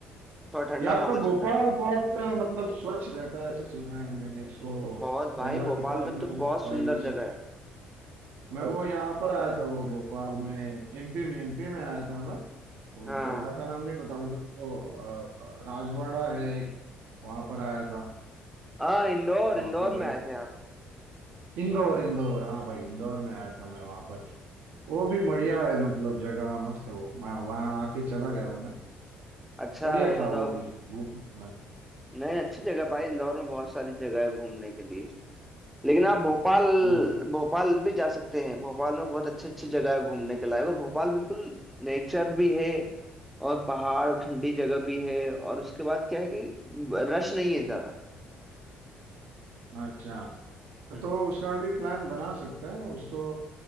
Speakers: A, in the centre; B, on the right.
A: थोड़ा ठंडा
B: ये आपका
A: माहौल
B: भोपाल
A: चल रहा है
B: बहुत अ, मतलब स्वच्छ रहता है ऐसा सुना है मैंने इसको
A: बहुत भाई
B: पहला
A: भोपाल
B: किताब
A: में
B: मिला
A: तो बहुत
B: था
A: सुंदर
B: भाई से
A: जगह है
B: मैं वो यहाँ पर आया था वो भोपाल में एमपी में एमपी में आया था मैं, वो
A: हाँ
B: जगह का नाम नहीं पता उधर वो अ, राजवाड़ा है एक वहां पर आया था
A: हाँ इंदौर
B: वहां
A: इंदौर
B: पर मेरा
A: में आए थे आप
B: इंदौर इंदौर हाँ भाई इंदौर में आया था मैं वहां पर वो भी बढ़िया है मतलब जगह मस्त है वो मैं वहां आके चला गया हूँ मैं
A: अच्छा
B: बढ़िया
A: इंदौर
B: था वो भी घूमा था मैं
A: नहीं अच्छी जगह भाई इंदौर में बहुत सारी जगह है घूमने के लिए लेकिन आप भोपाल
B: इंदौर-
A: भोपाल भी जा सकते हैं भोपाल में बहुत अच्छे अच्छे जगह है घूमने के लायक और भोपाल बिल्कुल नेचर भी है और पहाड़ और ठंडी जगह भी है और उसके बाद क्या है कि रश नहीं है ज्यादा
B: अच्छा
A: हम्म
B: तो उसका भी प्लान बना सकते हैं उसको